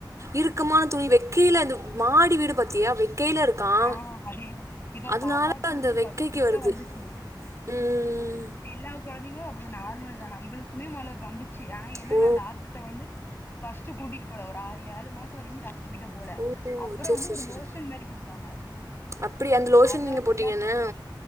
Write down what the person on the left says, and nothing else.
ஆ அதேதா இப்ப
பாப்பாக்கு
வந்து
ஃபர்ஸ்ட்டு இப்டீதா
வந்துச்சு
எல்லா கொழந்தைங்களு அப்டி நார்மல் தானா இவளுக்குமே மொதல்ல வந்து ஆ என்னனா
டாக்டர்கிட்ட வந்து ஃபர்ஸ்ட்டு கூட்டிட்டு போல ஒரு ஆறு ஏழு மாசோ வரைக்கு டாக் அதுகிட்ட போல
அப்புறோ
வந்து
ஒரு
லோஷன் மாரி குடுத்தாங்க
அதா
எல்லாத்துக்